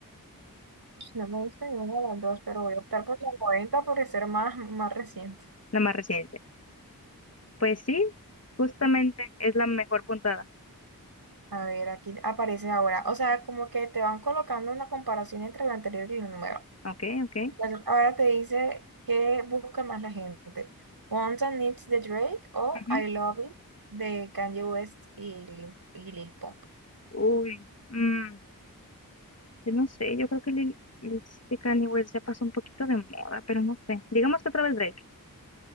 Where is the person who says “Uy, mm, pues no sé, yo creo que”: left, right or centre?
Left